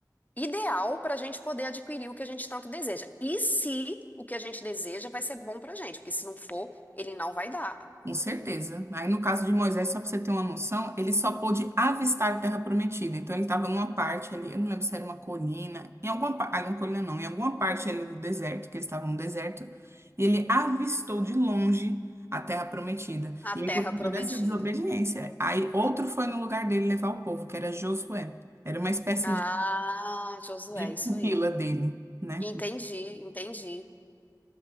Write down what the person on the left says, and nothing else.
ideal para a gente poder adquirir o que a gente tanto deseja. E se o que a gente deseja vai ser bom para a gente, porque se não for, ele não vai dar.
A
terra
prometida.
Ah,
Josué,
isso
aí.
Entendi, entendi,